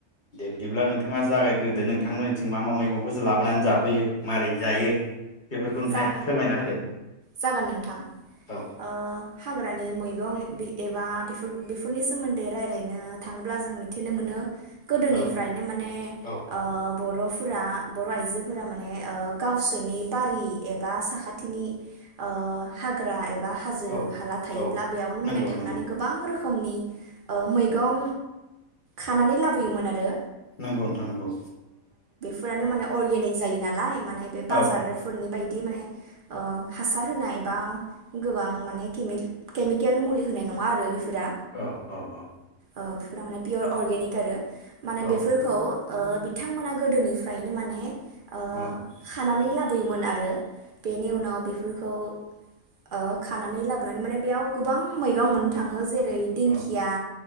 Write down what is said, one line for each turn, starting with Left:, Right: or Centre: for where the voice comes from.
Left: दे दिब्ला नोंथाङा जागायग्रोदो नोंथांमोननिथिं मा मा मैगंखौसोज लाबोनानै जाफैयो माबारै जायो। बेफोरखौ नोंथाङा
Right: जा
Left: एसे फोरमायना होदो
Right: जागोन नोंथां
Left: औ
Right: ओ हाग्रानि मैगं बि एबा बेफोर बेफोरनि सोमोन्दै रायलायनो थाङोब्ला जों मिथिनो मोनो। गोदोनिफ्रायनो
Left: औ
Right: माने
Left: औ
Right: ओ बर'फ। फुरा। बर' आइजोफोरा माने ओ। गावसोरनि बारि। एबा साखाथिनि‌ओ हाग्रा एब बा हाजो
Left: औ
Right: हाला थायोब्ला
Left: औ
Right: बेयावनो
Left: नंगौ
Right: माने थांनानै
Left: नंगौ
Right: गोबां रोख खोमनि ओ मैगं खानानै लाबोयोमोन आरो।
Left: नोंगौ नोंथां नोंगौ।
Right: फोरानो माने अर्गेनिक जायो नालाय मान बेबे बाजारफोरनि
Left: औ
Right: बायद माने ओ हासार होनाय बबा गोबां माने केमिल केमिकेल मुलि होनाय नङा आरो बेफोरा
Left: औ औ औ।
Right: ओ बफिफोरा माने पियर अरगेनिक आरो। माने
Left: औ
Right: बेफोरखौ। ओ बिथांमोना गोदोनिब फ्रायनो माने ओ
Left: औ
Right: खानानै लाब बोयोमोन आरो। बेनि उनाव बेफोरखौ ओ खानानै लाबोनानै माने बेयाव गोबां मैगं मोन थाङो जे रै दिंखिया
Left: औ